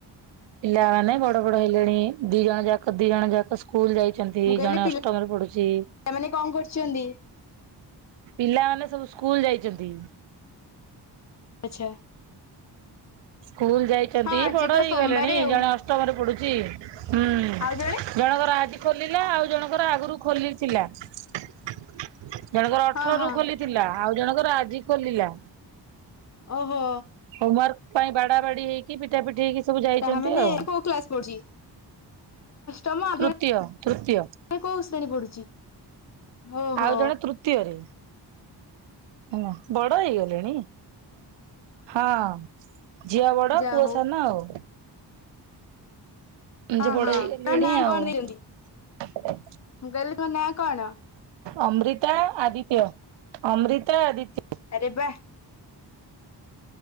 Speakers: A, on the right (about 80°); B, on the left (about 40°).
A: ପିଲା ମାନେ ବଡ ବଡ ହେଲେଣି ଦି ଜଣ ଯାକ ଦି ଜଣ ଯାକ ସ୍କୁଲ ଯାଇଛନ୍ତି
B: ମୁଁ କହିଲି
A: ଜଣେ ଅଷ୍ଟମରେ ପଢୁଛି
B: ପିଲାମାନେ କଣ କରୁଛନ୍ତି?
A: ପିଲାମାନେ ସବୁ ସ୍କୁଲ୍ ଯାଇଛନ୍ତି।
B: ଆଚ୍ଛା।
A: ସ୍କୁଲ ଯାଇଛନ୍ତି
B: ହଁ ଆଜି
A: ବଡ
B: ତ
A: ହେଇ
B: ସୋମବାର
A: ଗଲେଣି
B: ଆଉ
A: ଜଣେ ଅଷ୍ଟମରେ ପଢୁଛି। ଚି। <unintelligible> ହୁଁ
B: ଆଉ ଜଣେ?
A: ଜଣଙ୍କର ଆଜି ଖୋଲିଲା ଆଉ ଜଣଙ୍କର ଆଗରୁ ଖୋଲିଥିଲା। ଜଣଙ୍କର ଅଠର
B: ହଁ ହଁ
A: ରୁ ଖୋଲିଥିଲା। ଆଉ ଜଣକ ଆଜି ଖୋଲିଲା।
B: ଓଃ ହୋ।
A: ୱାର୍କ ପାଇଁ ବାଡା ବାଡି ହେଇକି ପିଟା ପିଟି ହେଇକି ସବୁ ଯାଇଛନ୍ତି
B: ତାହା ମାନେ
A: ଆଉ
B: କୋଉ କ୍ଲାସ ପଢୁଛି? ତମ
A: ତୃତୀୟ ତୃତୀୟ
B: କୋଉ ଶ୍ରେଣୀ ପଢୁଛି। ଓହୋ
A: ଆଉ ଜଣେ ତୃତୀୟରେ। ହଁ ବଡ ହେଇଗଲେଣି? ହଁ ଝିଅ ବଡ
B: ଯାହା
A: ପୁଅ
B: ହଉ।
A: ସାନ ଆଉ
B: ହଁ
A: ଯେ ବଡ
B: ହଁ
A: ହେଇଗଲେଣି
B: ତା ନଁ
A: ଆଉ
B: କଣ ଦେଇଛନ୍ତି?
A: <inaudible>
B: ମୁଁ କହିଲି ତୋ ନାଁ କଣ?
A: ଅମ୍ରିତା, ଆଦିତ୍ୟ, ଅମ୍ରିତା, ଆଦିତ୍ୟ।
B: ଆରେ ବା!